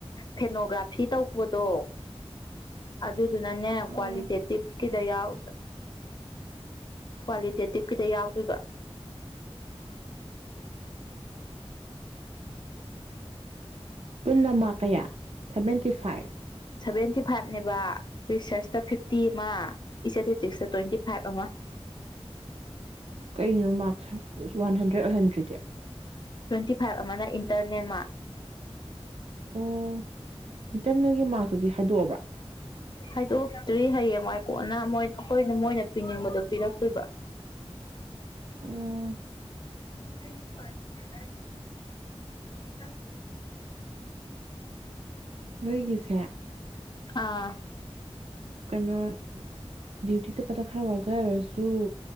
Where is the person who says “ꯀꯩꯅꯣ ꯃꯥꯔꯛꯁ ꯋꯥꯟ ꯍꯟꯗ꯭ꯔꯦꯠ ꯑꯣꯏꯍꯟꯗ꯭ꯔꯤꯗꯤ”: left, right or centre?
Right